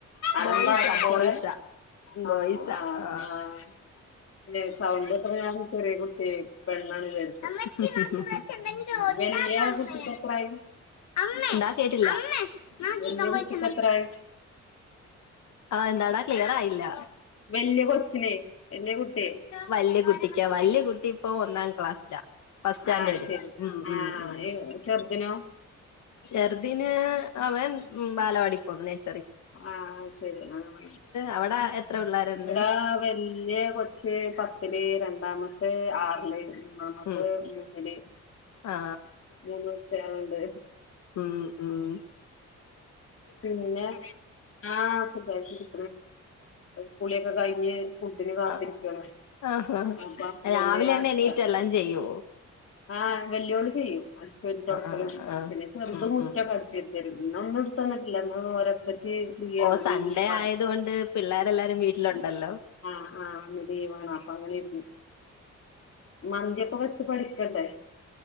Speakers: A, on the left (about 50°); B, on the left (about 75°).
A: അലമ്പാ
B: ബോയ്സാ
A: കച്ചറേ
B: ബോയ്സാ ബോയ്സാ
A: ആഹ് ആഹ്
B: ആ
A: ആഹ് പിന്നെ സൗണ്ട് കേട്ടപ്പൊ ഞാ ചെര്യേ കുട്ട്യേ പെണ്ണാണ് വിചാരിച്ചു
B: അമ്മച്ചി <inaudible>
A: വല്യ കുട്ടിക്ക് എത്രായി
B: എന്താ കേട്ടില്ല നോക്കി
A: വെല്യേ
B: കൊമ്പോച്ച്
A: കുട്ടിക്കെത്രായി
B: ആഹ് എന്താടാ ക്ലിയറായില്ല.
A: വല്ല്യേ കൊച്ചിനെ വല്ല്യേ കുട്ട്യേ
B: വല്യ കുട്ടിക്കാ വല്യ കുട്ടി ഇപ്പൊ ഒന്നാം ക്ലാസ്സിലാ ഫസ്റ്റാന്റെഡിലാ
A: ആഹ് ശരി
B: മ് മ്
A: ആഹ്
B: മ്
A: ചെറുതിനോ
B: ചെർദിന് അവൻ മ് ബാലവാടി പോന്നു നെസ്
A: ആഹ് ശെരി ആഹ്
B: അവിടെ എത്ര പിള്ളേരുണ്ട്
A: ഇവിടാ വല്ല്യേ കൊ ച്ച് പത്തില് രണ്ടാമത്തെ ആർല് മൂന്നാമത്തെ
B: ഉം
A: മൂന്നില്.
B: ആ
A: മൂന്നുകുട്ടികളുണ്ട്
B: മ് മ്
A: പിന്നെ ആഹ് സുഖായിട്ടിരി കുളി ഒക്കെ കഴിഞ്ഞ് ഫുഡിന് കാത്തിരിക്കാണ്.
B: ആ ആഹ്
A: അപ്പൊ ഇവന്റെ
B: രാവിലെന്നെ
A: അച്ഛ
B: എണീറ്റ് എല്ലാം ചെയ്യോ?
A: ആഹ് വെല്ല്യോള് ചെയ്യും അടിച്ചോരി തൊടക്കലും
B: ആഹ് ആഹ്
A: പിന്നെ ചെർത്
B: ഉം
A: മുറ്റൊക്കെ
B: ഉം
A: അടിച്ചോരും ന്ന് ഒന്നും ഇട്ത്തന്നിട്ടില്ല ന്ന് ഓലൊക്കെ ച്ച് ഫ്രീ യാണ്
B: ഓ സൺഡേ
A: ലീവാണ്.
B: ആയതുകൊണ്ട് പിള്ളേരെല്ലാരും വീട്ടിലുണ്ടല്ലോ
A: ആഹ് ആഹ് ഇന്ന് ലീവാണ് അപ്പ അങ്ങനെ ഇര്ന്നു. മന്തിയൊക്കെ വെച്ച് പഠിക്കണ്ടെ